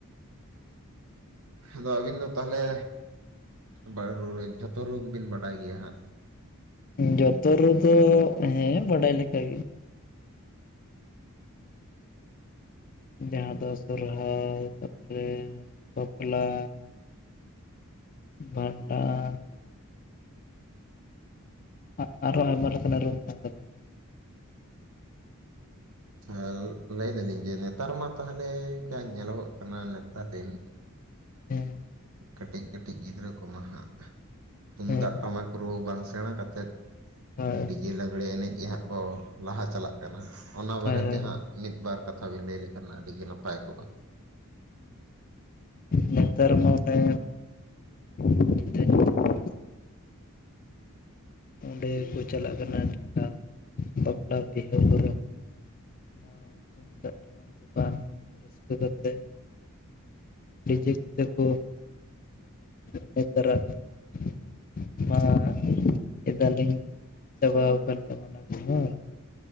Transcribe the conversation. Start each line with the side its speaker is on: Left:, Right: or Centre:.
Right: ᱟᱫᱚ ᱟᱹᱵᱤᱱ ᱫᱚ ᱛᱟᱦᱚᱞᱮ ᱵᱟᱝᱨᱩ ᱨᱮ ᱡᱷᱚᱛᱚ ᱨᱩ ᱜᱮ ᱵᱤᱱ ᱵᱟᱰᱟᱭ ᱜᱮᱭᱟ ᱦᱟᱸᱜ?
Left: ᱡᱚᱛᱚ ᱨᱩᱫᱚ ᱦᱮᱸ ᱵᱟᱰᱟᱭ ᱞᱮᱠᱟ ᱜᱮ᱾ ᱡᱟᱦᱟᱸ ᱫᱚ ᱥᱚᱨᱦᱟᱭ ᱛᱟᱯᱚᱨᱮ ᱵᱟᱯᱞᱟ ᱵᱷᱟᱸᱰᱟᱱ ᱟ ᱟᱨᱚ ᱟᱭᱢᱟ ᱞᱮᱠᱟᱱᱟᱜ ᱨᱩ ᱢᱮᱱᱟᱜ ᱟᱠᱟᱫᱟ᱾
Right: ᱟᱨ ᱞᱟᱹᱭ ᱫᱟᱞᱤᱧ ᱡᱮ ᱱᱮᱛᱟᱨ ᱢᱟ ᱛᱟᱦᱚᱞᱮ ᱡᱟ ᱧᱮᱞᱚᱜᱚᱜ ᱠᱟᱱᱟ ᱱᱮᱛᱟᱨ ᱨᱤᱱ
Left: ᱦᱮᱸ
Right: ᱠᱟᱹᱴᱤᱜ ᱠᱟᱹᱴᱤᱜ ᱜᱤᱫᱽᱨᱟᱹ ᱠᱚᱢᱟ ᱦᱟᱸᱜ ᱛᱩᱢᱫᱟᱜ
Left: ᱦᱳᱭ
Right: ᱴᱟᱢᱟᱠ ᱨᱩ ᱵᱟᱝ ᱥᱮᱬᱟ ᱠᱟᱛᱮᱜ
Left: ᱦᱳᱭ
Right: ᱰᱤᱡᱮ ᱞᱟᱜᱽᱲᱮ ᱮᱱᱮᱡ ᱜᱮ ᱦᱟᱸᱜ ᱠᱚ ᱞᱟᱦᱟ ᱪᱟᱞᱟᱜ ᱠᱟᱱᱟ ᱚᱱᱟ ᱵᱟᱨᱮᱛᱮ
Left: ᱦᱳᱭ ᱦᱳᱭ
Right: ᱦᱟᱸᱜ ᱢᱤᱫ ᱵᱟᱨ ᱠᱟᱛᱷᱟ ᱵᱤᱱ ᱞᱟᱹᱭ ᱞᱮᱠᱷᱟᱱ ᱱᱟᱜ ᱟᱹᱰᱤ ᱜᱮ ᱱᱟᱯᱟᱭ ᱠᱚᱜᱼᱟ?
Left: ᱱᱮᱛᱟᱨ ᱢᱟ ᱚᱱᱮ ᱧᱤᱫᱟᱹ ᱧᱩᱛ ᱟᱠᱟᱱ ᱚᱸᱰᱮ ᱠᱚ ᱪᱟᱞᱟᱜ ᱠᱟᱱᱟ ᱢᱮᱞᱟ ᱵᱟᱯᱞᱟ ᱵᱤᱦᱟᱹ ᱠᱚᱨᱮ ᱦᱚᱸ ᱱᱚᱭᱟ ᱛᱩᱢᱫᱟᱜ ᱴᱟᱢᱟᱠ ᱛᱮ ᱵᱟᱝ ᱨᱟᱹᱥᱠᱟᱹ ᱠᱟᱛᱮᱜ ᱰᱤᱡᱮ ᱠᱚᱮᱛ ᱠᱚ <unintelligible> ᱢᱟ ᱦᱟᱸᱜ ᱮᱫᱟ ᱞᱤᱧ ᱪᱟᱵᱟᱣ ᱠᱟᱱ ᱜᱮᱭᱟ ᱢᱟᱱᱟ ᱠᱚᱦᱚᱸ